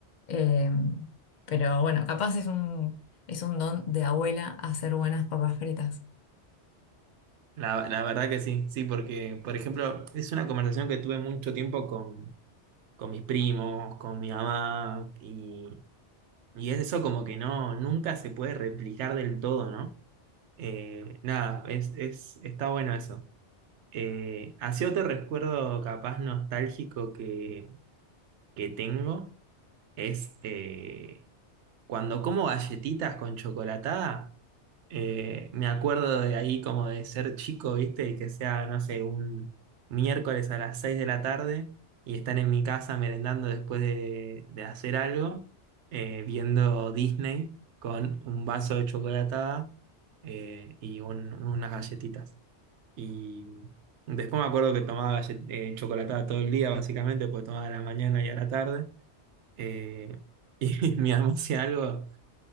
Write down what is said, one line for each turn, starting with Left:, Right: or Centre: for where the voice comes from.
Left: Eh, pero bueno, capaz es un, es un don de abuela hacer buenas papas fritas.
Right: La, la verdad que sí, sí, porque, por ejemplo, es una conversación que tuve mucho tiempo con, con mis primos, con mi mamá, y, y es eso como que no, nunca se puede replicar del todo, ¿no? Eh, nada, es, es, está bueno eso. Eh, así otro recuerdo capaz nostálgico que, que tengo es eh, cuando como galletitas con chocolatada. Eh, me acuerdo de ahí como de ser chico, ¿viste? Y que sea, no sé, un miércoles a las 6 de la tarde y estar en mi casa merendando después de, de hacer algo, eh, viendo Disney con un vaso de chocolatada eh, y un- unas galletitas. Y después me acuerdo que tomaba gallet- eh, chocolatada todo el día, básicamente, porque tomaba a la mañana y a la tarde. Eh, <laughs> y mi mamá hacía algo.